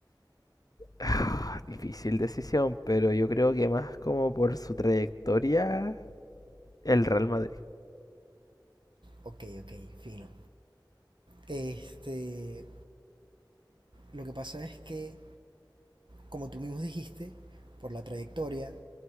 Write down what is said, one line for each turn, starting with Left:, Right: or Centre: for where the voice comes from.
Left: Ah, Difícil decisión, pero yo creo que más como por su trayectoria, el Real Madrid.
Right: Ok, ok, fino. Este, lo que pasa es que como tú mismo dijiste, por la trayectoria,